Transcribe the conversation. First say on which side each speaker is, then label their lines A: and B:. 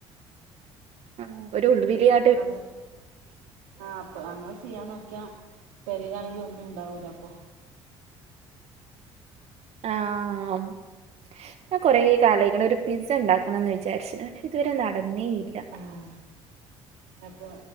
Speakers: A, on the right; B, on the right.
A: ആഹ് ഒരു ഉൾവിലിയാ
B: അതെ ആഹ് അപ്പൊ അങ്ങനെ ചെയ്യാൻ നോക്കിയാ പെരേലാണെങ്കിൽ ഒന്നും ഉണ്ടാവൂല്ല അപ്പൊ.
A: ആം ഞാൻ കുറേ കാലായേക്കണ് ഒരു പിസ്സ ഉണ്ടാക്കണന്ന് വിചാരിച്ച് പക്ഷെ ഇതുവരെ നടന്നേയില്ല.
B: ആഹ് അപ്പോ